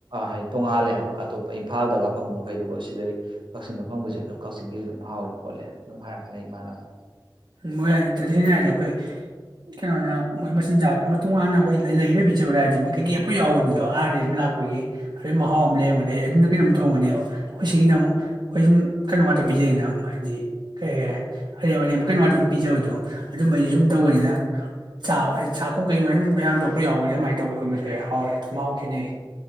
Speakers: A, on the right; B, on the right.
A: ꯍꯥꯏꯗꯤ ꯇꯣꯡꯉꯥꯜꯂꯦ ꯍꯥꯏꯕ ꯑꯇꯣꯞꯄ ꯏꯝꯐꯥꯜꯗꯒ ꯐꯪꯕ ꯃꯈꯩꯗꯨꯒꯁ ꯁꯤꯗꯩ ꯀꯛꯆꯤꯡꯗ ꯐꯪꯁꯦ ꯑꯗꯨꯝ ꯀꯛꯆꯤꯡꯒꯤꯁꯨ ꯑꯗꯨꯝ ꯍꯥꯎꯋ ꯈꯣꯠꯂꯦ ꯑꯗꯨꯝ ꯍꯥꯏꯔꯛꯀꯅꯤ ꯏꯃꯥꯟꯅꯕꯅ
B: ꯃꯣꯏ ꯍꯥꯏ ꯏꯟꯇꯔꯁꯅ ꯍꯥꯏꯔꯗꯤꯦ ꯑꯩꯈꯣꯏ ꯀꯩꯅꯣꯅ ꯃꯣꯏ ꯃꯆꯤꯟꯖꯥꯛ ꯑꯃ ꯇꯣꯉꯥꯟꯅ ꯑꯩꯈꯣꯏ ꯂꯩꯔꯕꯤꯖꯕ꯭ꯔꯥ ꯍꯥꯏꯗꯤꯦ ꯃꯣꯏ ꯀꯩꯀꯩ ꯑꯃꯝꯛ ꯌꯥꯎꯕꯅꯤꯗꯣ ꯑꯥꯔꯗꯤ ꯁꯨꯝ ꯂꯥꯛꯄ ꯑꯩꯈꯣꯏꯒꯤ ꯑꯗꯩ ꯃꯍꯥꯎ ꯑꯃ ꯂꯩꯔꯝꯒꯅꯤ ꯑꯩ ꯑꯗꯨꯅ ꯀꯩꯅꯣꯝ ꯇꯧꯔꯝꯒꯅꯦꯕ ꯑꯩꯈꯣꯏ ꯁꯤꯒꯤꯅ ꯑꯃꯨꯛ ꯑꯩꯈꯣꯏ ꯁꯨꯝ ꯀꯩꯅꯣ ꯉꯥꯛꯇ ꯄꯤꯖꯩꯗꯅ ꯍꯥꯏꯗꯤ ꯀꯩ ꯍꯥꯏꯒꯔꯦ ꯑꯔꯦ ꯑꯔ ꯀꯩꯅꯣ ꯉꯥꯛꯇꯥ ꯁꯨꯝ ꯄꯤꯖꯕꯗꯣ ꯑꯗꯨꯝꯕ ꯑꯩꯁꯨ ꯁꯨꯝ ꯇꯧꯕꯅꯤꯅ ꯆꯥꯛ ꯑꯩ ꯆꯥꯛ ꯀꯨꯝ ꯀꯩꯒꯨꯝ ꯁꯨꯝ ꯃꯌꯥꯝ ꯌꯥꯎꯕꯅꯤ ꯑꯗꯨꯃꯥꯏꯅ ꯇꯧꯕꯒꯤ ꯑꯃꯁꯨ ꯌꯥꯏ ꯍꯥꯎꯔꯦ ꯃꯍꯥꯎꯈꯦꯠꯅꯩ